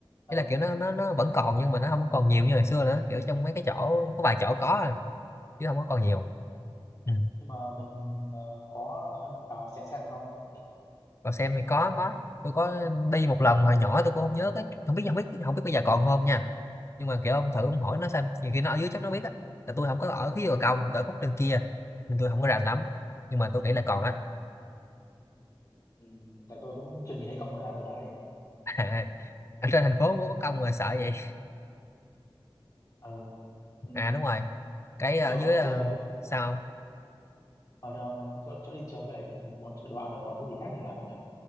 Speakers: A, on the left; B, on the left.
A: ừ.
B: nghĩa là kiểu nó nó nó vẫn còn nhưng mà nó không còn nhiều như hồi xưa nữa kiểu trong mấy cái chỗ có vài chỗ có à, chứ không có còn nhiều ừ.
A: nhưng mà mình ờ, có vào xem xem được không kiểu
B: Còn xem
A: ừ.
B: thì có có tôi có đi một lần mà hồi nhỏ tôi cũng không nhớ cái không biết không biết không biết bây giờ còn không nha nhưng mà kiểu ông thử ông hỏi nó xem nhiều khi nó ở dưới chắc nó biết á là tôi không có ở phía bờ công tôi ở khúc trên kia nên tôi không có rành lắm nhưng mà tôi nghĩ là còn á
A: ừ, tại tôi cũng chưa nhìn thấy công ngoài đời bao giờ ấy
B: <laughs> à, ở trên thành phố có công mà sợ vậy
A: ừ. ừ.
B: à đúng rồi cái ở
A: chỗ
B: dưới ờ,
A: chơi
B: sao không?
A: ở chỗ, chỗ đi chơi với lại bọn đồ ăn rồi còn cái gì khác để làm không nhỉ